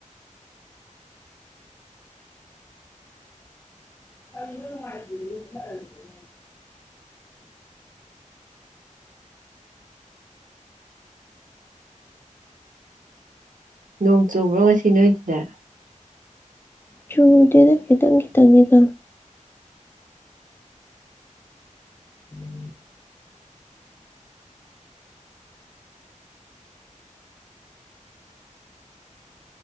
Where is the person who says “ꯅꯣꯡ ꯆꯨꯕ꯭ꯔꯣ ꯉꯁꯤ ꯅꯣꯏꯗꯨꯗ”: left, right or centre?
Right